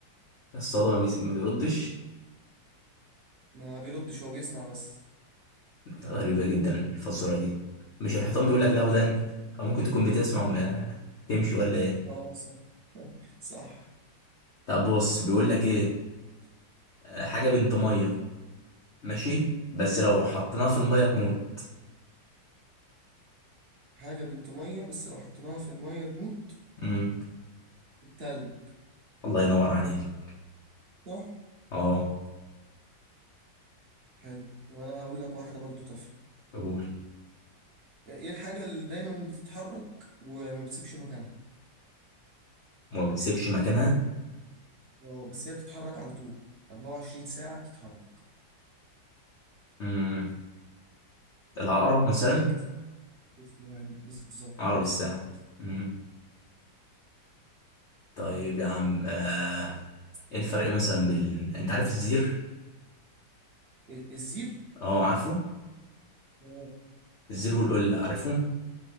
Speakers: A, on the left (about 55°); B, on the right (about 40°).
A: الصدى ما, بيس... ما بيردش
B: ما بيردش هو بيسمع بس
A: غريبة جدا الفزورة دي مش الحيطان بيقول لك لا ودن
B: مش عارف ايه
A: او ممكن تكون بتسمع وما تمشي ولا ايه
B: اه صح صح
A: طب بص بيقول لك ايه آه، حاجة بنت مية ماشي بس لو حطيناها في المية تموت
B: حاجه بنت ميه بس لو حطيناها في الميه تموت
A: مم.
B: التلج
A: الله ينور عليك
B: صح
A: اه
B: حلو طب انا هقول لك واحده برضو تافهه
A: قول
B: ايه الحاجه اللي دايما بتتحرك وما بتسيبش مكانها
A: وما بتسيبش مكانها
B: اه بس هي بتتحرك على طول 24 ساعه بتتحرك
A: مم. العقرب مثلا
B: وركز تسلم بالظبط
A: عقرب
B: مظبوط
A: الساعة مم. طيب يا عم آه، ايه الفرق مثلا بال انت عارف الزير
B: إيه، الزير
A: اه عارفه
B: اه
A: الزير والقلة عارفهم